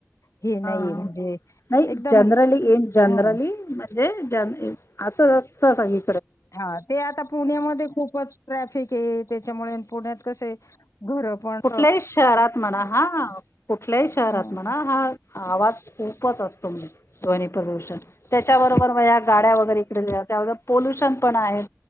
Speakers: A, on the left; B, on the left.
A: हे
B: हा
A: नाही
B: -हा
A: म्हणजे
B: नाही
A: एकदम
B: जनरली येन जनरली
A: हं
B: म्हणजे जन एन् असं तस ही
A: हा ते आता पुण्यामध्ये खूपच ट्रॅफिकेय त्याच्यामुळे अन पुण्यात कसंय घर पण --
B: कुठल्याही शहरात म्हणा हा कुठल्या शहरात
A: हं.
B: म्हणा हा. आवाज खूपच असतो म्हण ध्वनी प्रदूषण त्याच्याबरोबर मग ह्या गाड्या वगैरे त्या एवढ पोल्युशन पण आहेत.